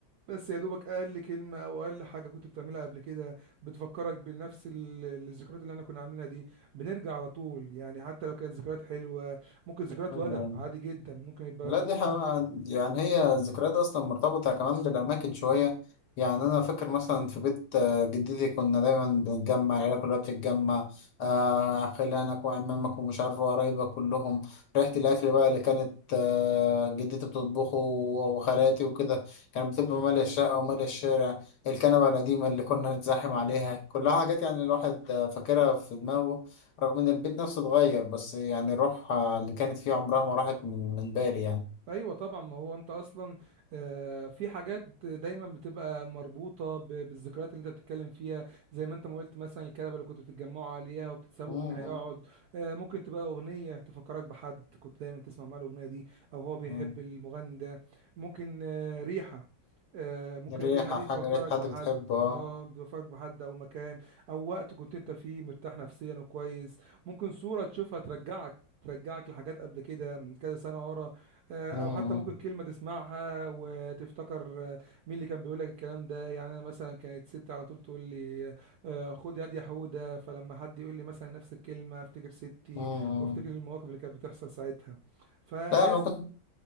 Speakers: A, on the right (about 75°); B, on the left (about 60°).
A: بس يا دوبك اقل كلمه او اقل حاجه كنت بتعملها قبل كده بتفكرك بنفس ال- الذكريات اللي احنا كنا عاملينها دي بنرجع على طول يعني حتى لو كانت ذكريات حلوه ممكن ذكريات
B: أيوه
A: وجع
B: أيوه.
A: عادي جدا ممكن يبقى
B: لا دي
A: فوق
B: حقيقة يعني هي الذكريات أصلا مرتبطة كمان بالأماكن شوية يعني أنا فاكر مثلا في بيت آه، جدتي كنا دايما بنتجمع العيلة كلها بتتجمع آه، خلانك وعمامك ومش عارف وقرايبك كلهم ريحة الأكل بقى اللي كانت آه، جدتي بتطبخه وخالاتي وكده كانت بتبقى مالية الشقة ومالية الشارع الكنبة القديمة اللي كنا نتزاحم عليها كلها حاجات يعني الواحد آه، فاكرها في دماغه رغم إن البيت نفسه اتغير بس يعني الروح آه، اللي كانت فيه عمرها ما راحت من من بالي يعني
A: ايوه طبعا ما هو انت اصلا آه، في حاجات دايما بتبقى مربوطه ب- بالذكريات اللي انت بتتكلم فيها زي ما انت ما قلت مثلا الكنبه اللي كنتوا بتتجمعوا عليها وبتتسابقوا
B: مم.
A: مين هيقعد آه، ممكن تبقى اغنيه تفكرك بحد كنت دايما تسمع معاه الاغنيه دي او هو بيحب
B: مم.
A: المغني ده ممكن آه، ريحه آه، ممكن
B: ريحة
A: الريحه دي
B: حاجة
A: تفكرك
B: ريحة حد
A: بحد
B: بتحبه اه
A: اه بتفكرك بحد او مكان او وقت كنت انت فيه مرتاح نفسيا وكويس ممكن صوره تشوفها ترجعك ترجعك لحاجات قبل كده من كذا سنه ورا آه،
B: مم.
A: او حتى ممكن كلمه تسمعها وتفتكر آه، مين اللي كان بيقول لك الكلام ده يعني انا مثلا كانت ستي على طول تقول لي آه، خد يد يا حوده فلما حد يقول لي مثلا نفس الكلمه افتكر ستي
B: مم.
A: وافتكر المواقف اللي كانت بتحصل ساعتها فهي
B: لا أنا كنت